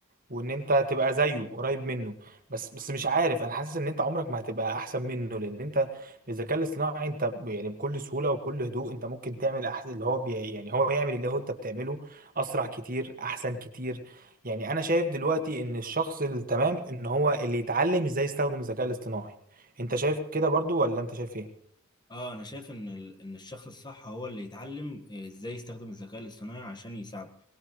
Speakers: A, on the right; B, on the left.
A: وان انت تبقى زيه قريب منه بس بس مش عارف انا حاسس ان انت عمرك ما هتبقى احسن منه لان انت بالذكاء الاصطناعي انت ب- يعني بكل سهوله وبكل هدوء انت ممكن تعمل احسن اللي هو بي يعني هو يعمل اللي هو انت بتعمله اسرع كتير احسن كتير يعني انا شايف دلوقتي ان الشخص التمام ان هو اللي يتعلم ازاي يستخدم الذكاء الاصطناعي انت شايف كده برضو ولا انت شايف ايه
B: اه انا شايف ان ال- ان الشخص الصح هو اللي يتعلم آه، ازاي يستخدم الذكاء الاصطناعي عشان يساعده